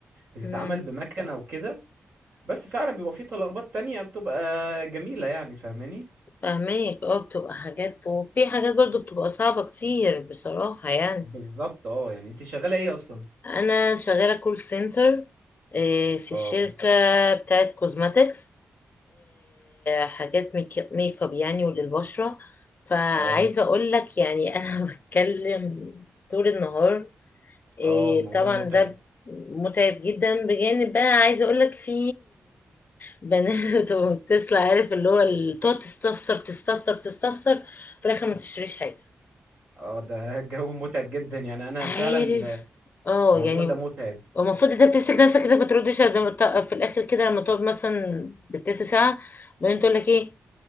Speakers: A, on the right; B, on the left.
A: بتتعمل
B: مم.
A: بمكنة وكده بس فعلا بيبقى فيه طلبات تانية بتبقى جميلة يعني فاهماني
B: فاهماك اه بتبقى حاجات وفي حاجات برضو بتبقى صعبة كتير بصراحة يعني
A: بالظبط اه يعني انت شغاله ايه اصلا
B: انا شغاله كول سنتر في
A: اه
B: شركه بتاعه كوزماتكس حاجات ميك ميك اب يعني وللبشره فعايزه
A: اه
B: اقول لك يعني <laughs> انا بتكلم طول النهار آه،
A: اه الموضوع
B: طبعا
A: متعب
B: ده متعب جدا بجانب بقى عايزه اقول لك في بنات <laughs> وتسلا عارف اللي هو ال- تقعد تستفسر تستفسر تستفسر في الاخر ما تشتريش حاجه
A: اه ده <laughs> الجو متعب جدا يعني انا
B: عارف
A: فعلا
B: اه
A: الموضوع
B: يعني
A: ده متعب
B: المفروض انت بتمسك نفسك كده ما تردش لما ت- في الاخر كده لما تقعد مثلا بالتلت ساعه بعدين تقول لك ايه